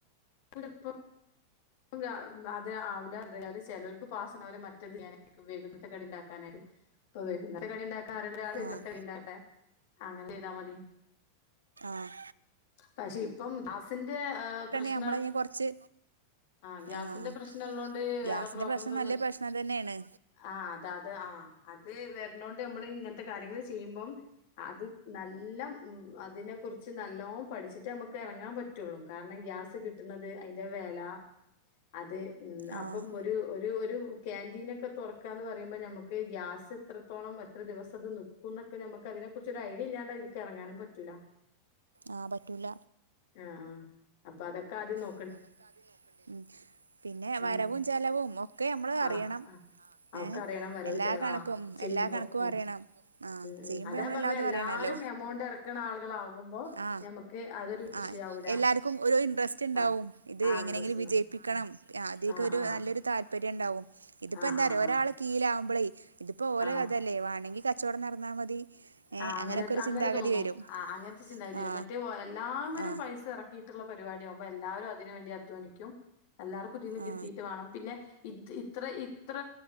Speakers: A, on the left; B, on the right.
A: <unintelligible> അത് അത് ആവില്ല എന്ന് പറഞ്ഞാല് ചിലർക്ക് പാസം അവ മറ്റത് ഞാനായിരിക്കും വരുന്നത് കടി ഉണ്ടാക്കാന് അപ്പൊ വൈകുന്നേരം കടിയുണ്ടാക്കാൻ കാരണം <unintelligible>
B: ആഹ്
A: ഉണ്ടാക്കാൻ അങ്ങനെ ചെയ്താ മതി
B: ആഹ്
A: പക്ഷെ ഇപ്പം ആസിന്റെ പ്രശ്
B: നമ്മളതിന്‌ കുറച്ച്
A: ആ ഗ്യാസിന്റെ
B: ആഹ്
A: പ്രശ്നം ഉള്ളോണ്ട്
B: ഗ്യാസിന്റെ
A: വേറെ പ്രോബ്ലംസ്
B: പ്രശ്നം
A: ഒന്നും
B: നല്ല പ്രശ്നം തന്നെയാണ്
A: ആ അത് അത് ആ അത് വരണോണ്ട് നമ്മൾ ഇങ്ങനത്തെ കാര്യങ്ങൾ ചെയ്യുമ്പം അത് നല്ല അതിനെ കുറിച്ച് നല്ലോ പഠിച്ചിട്ട് നമുക്ക് ഇറങ്ങാൻ പറ്റുള്ളൂ കാരണം ഗ്യാ കിട്ടുന്നത് അതിന്റെ വില അത് ഉം അപ്പം
B: ആഹ്
A: ഒരു ഒരു ഒരു ക്യാന്റീനൊക്കെ തുറക്കാന്ന് പറയുമ്പോ ഞമ്മക്ക് ഗ്യാസ് എത്രത്തോളം എത്ര ദിവസം അത് നിൽക്കും എന്നൊക്കെ നമുക്ക് അതു ഇതിനെ കുറിച്ചൊരു ഐഡിയ ഇല്ലാണ്ട് ഇതിലേക്ക് ഇറങ്ങാനും പറ്റൂല്ല
B: ആ പറ്റൂല
A: ആഹ് ആഹ്. അപ്പൊ അതൊക്കെ ആദ്യം നോ
B: അപ്പൊ അതൊക്കെ ആദ്യം നോക്കേണ്ടി വരും ഉം പിന്നെ
A: ഉം.
B: വരവും ചലവും ഒക്കെ നമ്മള് അറിയണം
A: ആഹ് ആഹ് ഒക്കെ
B: ഏ
A: അറിയണം വരവ്
B: എല്ലാ
A: ചെലവ്
B: കണക്കും
A: ആഹ് ചെയ്യുമ്പോ
B: എല്ലാ കണക്കും
A: ഉം
B: അറിയണം ആ
A: ഉം
B: ചെയ്യുമ്പോ
A: ഉം. അതാ
B: നമ്മള്
A: ഞാൻ പറഞ്ഞെ
B: എല്ലാതും
A: എല്ലാരും
B: അറിയണല്ലോ
A: എമൗണ്ട് ഇറക്കണ ആളുകൾ ആകുമ്പോ
B: ആ
A: ഞമ്മക്ക് അതൊരു
B: ആ
A: വിഷയാവൂല
B: എല്ലാർക്കും ഒരു ഇൻട്രസ്റ്റ് ഉണ്ടാവും
A: ആഹ്
B: ഇത്
A: ആഹ്
B: എങ്ങനെയെങ്കിലും
A: അന്തസ്സിന്.
B: വിജയിപ്പിക്കണം
A: ആഹ്
B: ആദ്യൊക്കെ
A: ആഹ്
B: ഒരു
A: ആഹ്
B: നല്ലൊരു താല്പര്യം ഉണ്ടാവും ഇതിപ്പോ
A: ആഹ്
B: എന്താ
A: ആഹ്
B: അറിയുവോ ഒരാള് കീയിലാവകുമ്പോളേ
A: ആഹ്
B: ഇതിപ്പോ ഓല
A: ആഹ്
B: ഇതല്ലേ വേണമെങ്കി കച്ചവടം നടന്നാ മതി ഏ
A: ആ അങ്ങനെ
B: അങ്ങനൊക്കെ ഒരു
A: അങ്ങനെ
B: ചിന്താഗതി
A: തോന്നും
B: വരും
A: ആ അങ്ങനത്തെ ചിന്താഗതി
B: ആ
A: വരും മറ്റേ എല്ലാവരും
B: ആ
A: പൈസ ഇറക്കിയിട്ടുള്ള പരിപാടി ണ്ടാകും എല്ലാവരും അതിന് വേണ്ടി അധ്വാനിക്കും എല്ലാവർക്കും അതീന്ന് കിട്ടിയിട്ട്
B: ആ
A: വേണം പിന്നെ ഇ ഇത്ര ഇത്ര